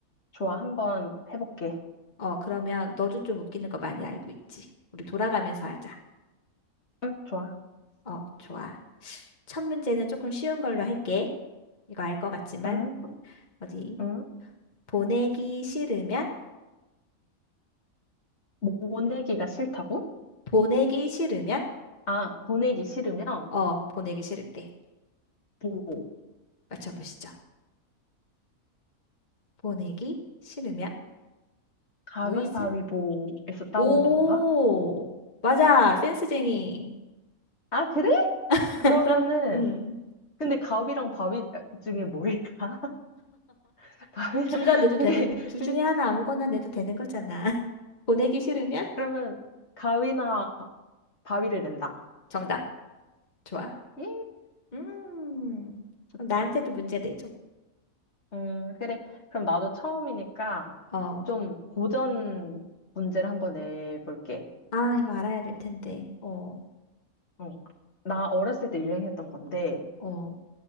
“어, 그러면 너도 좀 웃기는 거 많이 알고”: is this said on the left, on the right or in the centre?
Left